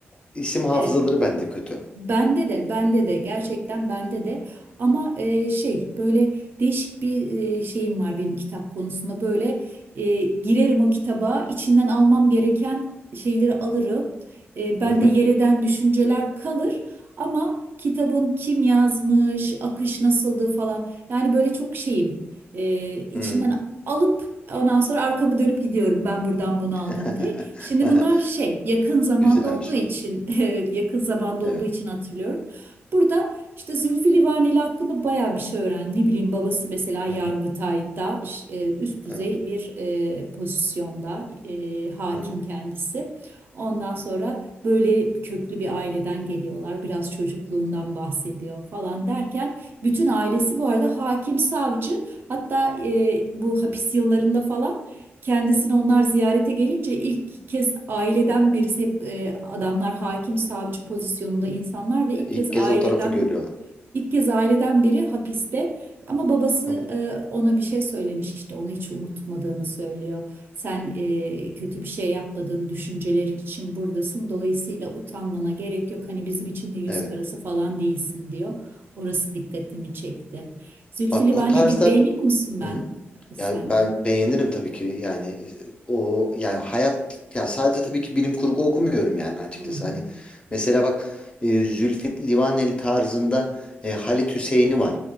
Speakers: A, on the left; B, on the right.
A: isim hafızaları
B: evet.
A: bende kötü.
B: Bende de, bende de gerçekten bende de ama e, şey böyle değişik bir e, şeyim var benim kitap konusunda böyle e, girerim o kitaba içinden almam gereken şeyleri alırım. E, bende
A: Hı hı.
B: yereden düşünceler kalır ama kitabın kim yazmış, akış nasıldı falan yani böyle çok şeyim E, içinden
A: Hı.
B: alıp ondan sonra arkamı dönüp gidiyorum ben buradan bunu
A: <laughs>
B: aldım diye. Şimdi bunlar şey yakın zamanda
A: Güzelmiş
B: olduğu için
A: o.
B: <laughs> evet yakın zamanda
A: Evet.
B: olduğu için hatırlıyorum. Burada işte Zülfü Livaneli hakkında bayağı bir şey öğren. Ne bileyim babası mesela Yargıtay'da
A: Hı hı.
B: ş- e, üst düzey
A: Evet.
B: bir e, pozisyonda e, hakim
A: Hı hı.
B: kendisi. Ondan sonra böyle köklü bir aileden geliyorlar. Biraz çocukluğundan bahsediyor falan derken bütün
A: Hı.
B: ailesi bu arada hakim savcı hatta e, bu hapis yıllarında falan Kendisini onlar ziyarete gelince ilk kez aileden birisi hep e, adamlar hakim savcı pozisyonunda insanlar ve ilk
A: İlk
B: kez aileden
A: kez o tarafı görüyorlar.
B: ilk kez aileden biri hapiste ama babası
A: Hı hı.
B: e, ona bir şey söylemiş işte onu hiç unutmadığını söylüyor. Sen e, kötü bir şey yapmadığın düşüncelerin için buradasın dolayısıyla utanmana gerek yok hani bizim için de yüz
A: Evet.
B: karası falan değilsin diyor. Orası dikkatimi çekti. Zülfü
A: Bak
B: Livaneli'yi
A: o tarzda
B: beğeniyor musun ben
A: hı hı.
B: sen?
A: Ya ben beğenirim tabii ki yani e, o yani hayat ya sadece tabii ki bilim kurgu okumuyorum yani açıkçası
B: Hı hı.
A: hani mesela bak e, Zülfü Livaneli tarzında e, Halit Hüseyin'i var.